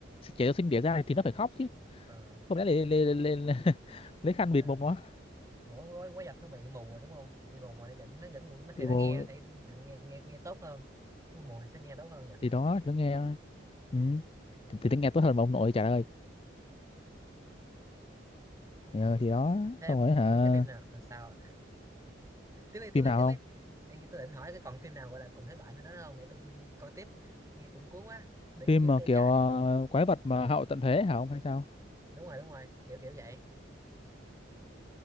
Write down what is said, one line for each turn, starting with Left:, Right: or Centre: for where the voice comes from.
Left: trẻ sơ sinh đẻ ra thì nó phải khóc chứ
Right: Ờ,
Left: không lẽ lấy lấy lấy, lấy, <laughs> lấy khăn
Right: nhưng
Left: bịt
Right: mà
Left: mồm nó
Right: mũi quái, quái vật nó bị mù rồi đúng không nó bị mù rồi nó vẫn nó vẫn còn- nó thì
Left: bịt
Right: nó
Left: mồm
Right: nghe thì nghe nghe nghe tốt hơn Nó mù thì sẽ nghe tốt hơn nhỉ
Left: thì đó nó nghe ừ.
Right: ừ.
Left: thì, thì nó nghe tốt hơn mà ông nội trả lời
Right: Ừ.
Left: Ờ, thì đó
Right: thế
Left: xong
Right: em
Left: rồi hả
Right: còn biết cái phim nào à, sao tiếp đi tiếp
Left: phim
Right: đi
Left: nào
Right: tiếp
Left: không
Right: đi em tôi định hỏi cái còn phim nào gọi là cùng thể loại phim đó không để tôi coi tiếp nghe cũng cuốn quá để
Left: phim
Right: kiếm
Left: mà
Right: đi
Left: kiểu
Right: cài
Left: ờ,
Right: phim luôn
Left: quái vật mà hậu tận thế hả ông hay sao
Right: đúng rồi đúng rồi kiểu kiểu vậy